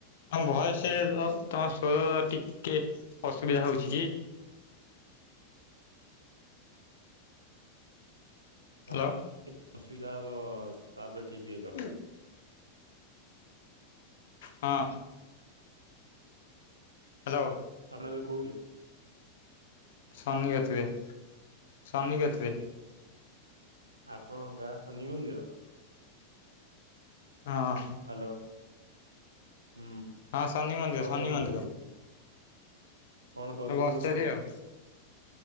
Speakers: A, on the left; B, on the right.
A: ତମ ଭଏସ୍, ତମ ସ୍ୱର ଟିକେ ଅସୁବିଧା ହେଉଛି କି? ହ୍ୟାଲୋ
B: ହଁ ସେଠି ଅସୁବିଧା ହବ। ତାପରେ ଠିକ୍ ହେଇ
A: ଓଁ ହଁ! ହ୍ୟାଲୋ!
B: ଆପଣ ଏବେ କେଉଁଠି?
A: ଶନି କେତିରେ ଶନି କେତିରେ
B: ଆପଣ ଗାଁ ଶନି ମନ୍ଦିର?
A: ହଁ!
B: ହ୍ୟାଲୋ! ହୁଁ!
A: ହଁ ଶନି ମନ୍ଦିର
B: କଣ
A: ଶନି
B: କରୁଛନ୍ତି?
A: ମନ୍ଦିର
B: କଣ କରୁଛନ୍ତି
A: ବସିଥିଲି
B: କଣ?
A: ଆଉ।